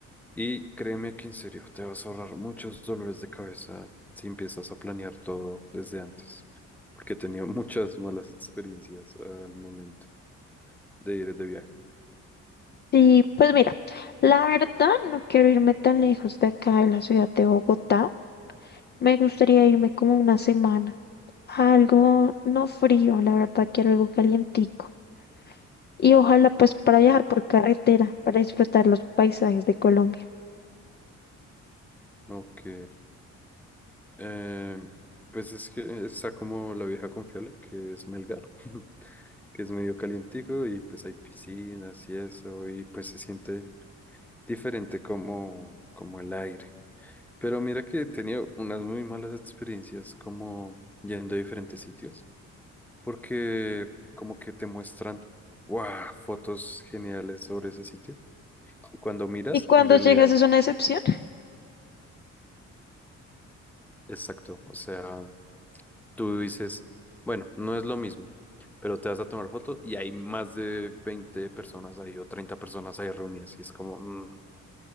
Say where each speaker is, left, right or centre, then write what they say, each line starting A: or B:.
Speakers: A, in the centre; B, on the left (about 35°).
A: Y créeme que en serio te vas a ahorrar muchos dolores de cabeza si empiezas a planear todo desde antes, porque he tenido <laughs> muchas malas experiencias al momento de ir de viaje.
B: Y pues mira, la verdad no quiero irme tan lejos de acá, de la ciudad de Bogotá. Me gustaría irme como una semana, algo no frío, la verdad quiero algo calientico. y ojalá pues para viajar por carretera, para disfrutar los paisajes de Colombia.
A: Ok, em, pues es que está como la vieja confiable, que es Melgar, <laughs> que es medio calientico y pues hay piscinas y eso, y pues se siente diferente como, como el aire. Pero mira que he tenido unas muy malas experiencias como yendo a diferentes sitios. porque como que te muestran, wow, fotos geniales sobre ese sitio. Y cuando miras,
B: Y cuando
A: en realidad,
B: llegas es una excepción.
A: exacto, o sea, tú dices, bueno, no es lo mismo, pero te vas a tomar foto y hay más de 20 personas ahí o 30 personas ahí reunidas y es como, mm.